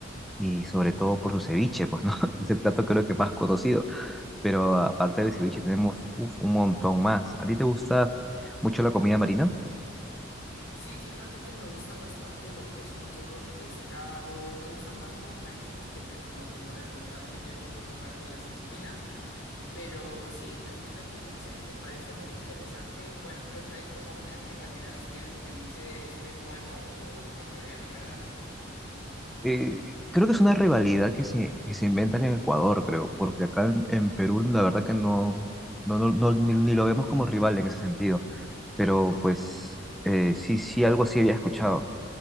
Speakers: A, in the centre; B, on the left.
A: y sobre todo por su ceviche, pues, ¿no? <laughs> Es el plato creo que más conocido, pero aparte del ceviche tenemos uf, un montón más. ¿A ti te gusta mucho la comida marina?
B: Sí, fíjate que me gusta bastante lo que son todos pescados. Me gustan más los mariscos porque como que con el pescado me llevo un poco mal con las espinas. Pero sí, me gusta el ceviche, me parece muy interesante. Bueno, creo que hay como una rivalidad si el ceviche es peruano o ecuatoriano, ¿verdad?
A: Eh, creo que es una rivalidad que se, que se inventan en Ecuador, creo, porque acá en, en Perú la verdad que no, no, no, no- ni, ni lo vemos como rival en ese sentido, pero pues eh, sí, sí, algo sí había escuchado,